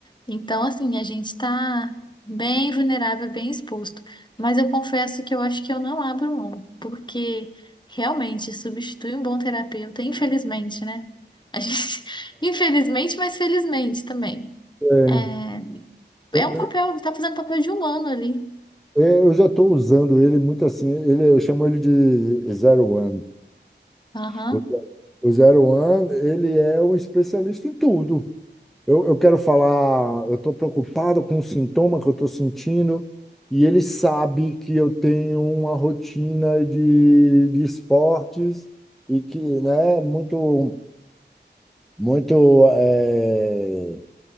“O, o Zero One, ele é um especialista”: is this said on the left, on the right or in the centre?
Centre